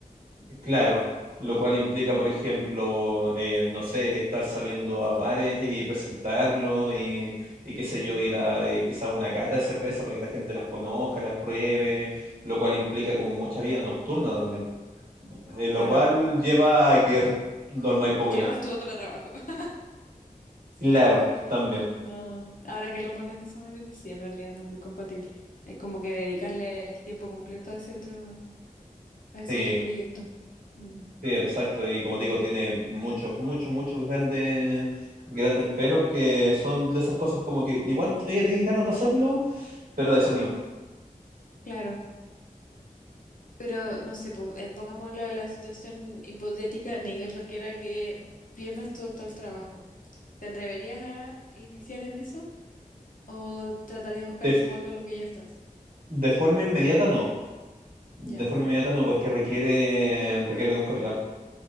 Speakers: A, on the right; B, on the left.
A: claro, lo cual implica, por ejemplo, eh, no sé, estar saliendo a bares y presentarlo y, y qué
B: Mm,
A: sé yo, y dar eh, quizá una cata de cerveza para que la gente las conozca, las pruebe, lo cual implica como mucha vida nocturna también eh, lo
B: claro,
A: cual lleva a que dormáis poco
B: pierdas
A: y nada.
B: tu otro trabajo. <laughs> Sí,
A: Claro, también.
B: no, ahora que lo pones de esa manera, sí, en realidad no es muy compatible. Hay como que dedicarle el tiempo completo a ese otro, a ese
A: Sí,
B: otro proyecto. Mm,
A: sí, exacto. Y como te digo, tiene muchos, muchos, muchos grandes, grandes peros que son de esas cosas como que igual todavía tenés ganas de hacerlo, pero desanima.
B: claro, pero no sé, po- eh, pongámoslo en la situación hipotética, ni Dios lo quiera que pierdas tu actual trabajo. ¿Te atreverías a iniciar en eso o tratarías de buscar
A: De, f-
B: como algo en lo que ya estás?
A: de forma inmediata no. De
B: Ya.
A: forma inmediata no, porque requiere, requiere de un capital.